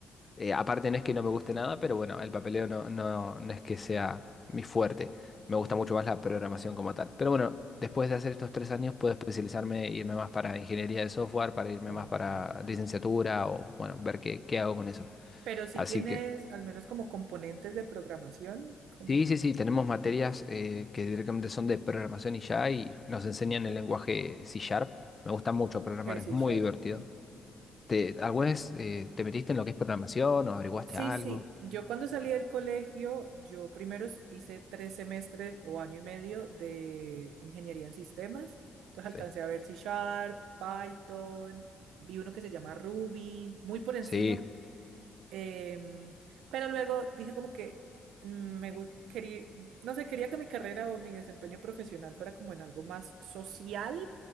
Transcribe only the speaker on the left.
eh, aparte no es que no me guste nada, pero bueno, el papeleo no, no, no es que sea mi fuerte. Me gusta mucho más la programación como tal. Pero bueno, después de hacer estos tres años puedo especializarme, e irme más para ingeniería de software, para irme
más para licenciatura o bueno, ver qué, qué hago con eso.
Así
que
sí, sí, sí, tenemos materias eh, que directamente son de programación y ya y nos enseñan
el lenguaje C Sharp. Me gusta mucho programar,
es
muy
divertido.
¿Te, alguna vez eh, te metiste en lo que es programación o averiguaste
algo?
Sí.
Sí,